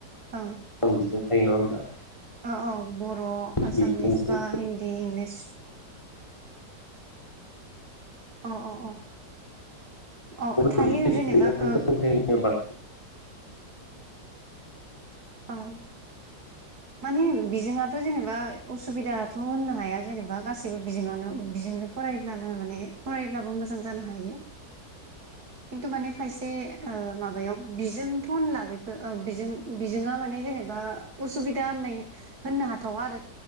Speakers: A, on the right (about 60°); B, on the left (about 15°).
A: औ
B: ओं बिदिनो खायो नङा होमबा?
A: औ औ बर' आसामिस
B: बिजोंजों
A: बा हिन्दी इंलिस अ अ अ अ
B: मोनसे
A: थायो जेनेबा
B: बिजोंजों
A: ओ
B: सोलोंथाइ होनोबा
A: ओं माने बिजिङा थ' जेनेबा असुबिदाथ' होननो हाया जेनेबा गासैबो बिजोङानो बिजोंजों फरायोब्लानो माने फरायोब्लाबो मोजां जानो हायो। खिन्थु माने खायसे ओ माबायाव बिजोंथ' होनला बेखौ ओ बेजों बिजोंआ माने जेनेबा असुबिदा होननाय होननो हाथावा आरो।